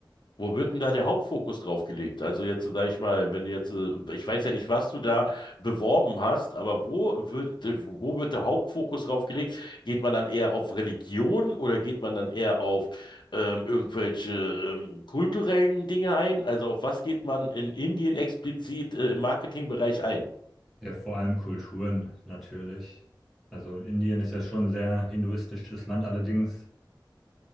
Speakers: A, on the left; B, in the centre.
A: Wo wird denn da der Hauptfokus drauf gelegt? Also jetzt, sage ich mal, wenn du jetzt, äh, ich weiß ja nicht, was du da beworben hast, aber wo wird, äh, wo wird der Hauptfokus drauf gelegt? Geht man dann eher auf Religion oder geht man dann eher auf ähm, irgendwelche ähm, kulturellen Dinge ein? Also auf was geht man in Indien explizit äh, im Marketingbereich ein?
B: Ja, vor allem Kulturen natürlich. Also Indien ist ja schon ein sehr hinduistisches Land, allerdings